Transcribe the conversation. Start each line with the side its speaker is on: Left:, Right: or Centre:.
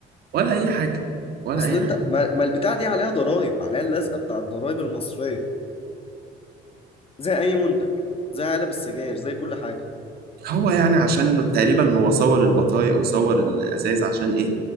Right: ولا اي حاجة ولا
Left: اصل
Right: اي
Left: انت
Right: حاجة
Left: ما, ما البتاع دي عليها ضرائب عليها اللزقه بتاع الضرائب المصريه زي اي منتج زي علب السجاير زي كل حاجه
Right: هو يعني عشان تقريبا هو صور البطايق وصور الازايز عشان ايه